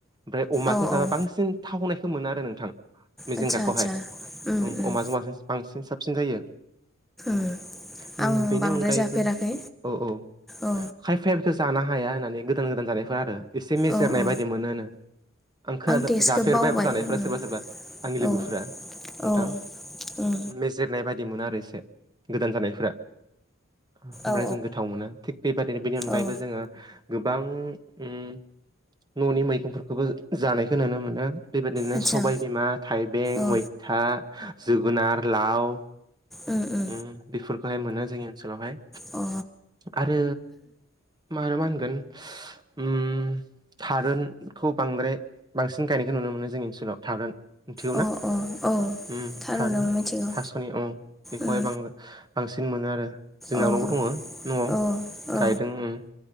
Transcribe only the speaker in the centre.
औ
औ
आदसा आदसा उम उम
उम
आं
बांद्राय
जाफेराखै
औ
औ औ
टेस्टखौ
बावबाय
उम
औ
औ उम
औ
औ
आदसा
औ
ओ ओ।
अ।
अ अ
औ
थारुनाव
मिथिगौ
उम
औ
औ औ